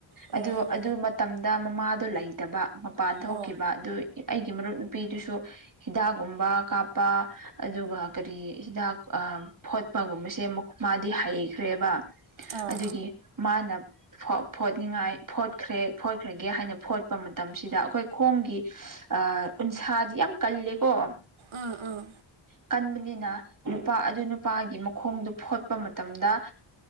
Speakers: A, on the right; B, on the right.
A: ꯑꯣ
B: ꯑꯗꯨ ꯑꯗꯨ ꯃꯇꯝꯗ ꯃꯃꯥꯗ ꯂꯩꯇꯕ ꯃꯄꯥꯟ ꯊꯣꯛꯈꯤꯕ
A: ꯑꯣ
B: ꯑꯗꯨ ꯑꯩꯒꯤ ꯃꯔꯨꯞ ꯅꯨꯄꯤꯗꯨꯁꯨ ꯍꯤꯗꯥꯛꯀꯨꯝꯕ ꯀꯥꯞꯄ ꯑꯗꯨꯒ ꯀꯔꯤ ꯍꯤꯗꯥꯛ ꯐꯣꯠꯄꯒꯨꯝꯕꯁꯦ ꯃꯥꯗꯤ ꯍꯩꯈ꯭ꯔꯦꯕ
A: ꯑꯥ
B: ꯑꯗꯨꯒꯤ ꯃꯥꯅ ꯐꯣꯠꯅꯤꯡꯉꯥꯏ ꯐꯣꯠꯈ꯭ꯔꯦ ꯐꯣꯠꯈ꯭ꯔꯒꯦ ꯍꯥꯏꯅ ꯐꯣꯠꯄ ꯃꯇꯝꯁꯤꯗ ꯑꯩꯈꯣꯏ ꯈꯣꯡꯒꯤ ꯑ ꯎꯟꯁꯥꯗꯤ ꯌꯥꯝ ꯀꯜꯂꯦꯀꯣ
A: ꯑꯥ ꯑꯥ
B: ꯀꯟꯕꯅꯤꯅ ꯅꯨꯄꯥ ꯑꯗꯨ ꯅꯨꯄꯥꯒꯤ ꯃꯈꯣꯡꯗꯨ ꯐꯣꯠꯄ ꯃꯇꯝꯗ